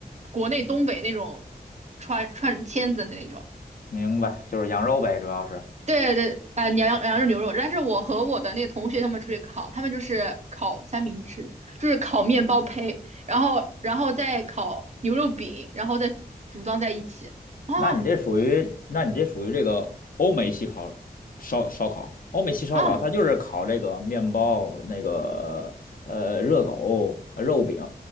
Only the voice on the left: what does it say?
明白，就是羊肉呗，主要是。
那你这属于，那你这属于这个欧美系烤烧烧烤，欧美系烧烤它就是烤这个面包、
那个呃热狗、呃肉饼，